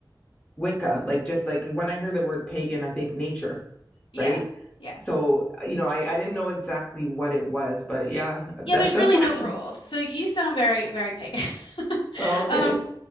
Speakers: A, on the left; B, on the left.
A: Wicca, like just like when I hear the word pagan, I think nature,
B: yeah,
A: right?
B: yeah.
A: So, you know, I I didn't know exactly what it was, but yeah, that
B: Yeah, there's
A: that's
B: really
A: what.
B: no rules.
A: <laughs>
B: So you sound very, very pagan. <laughs>
A: Oh, okay.
B: Um,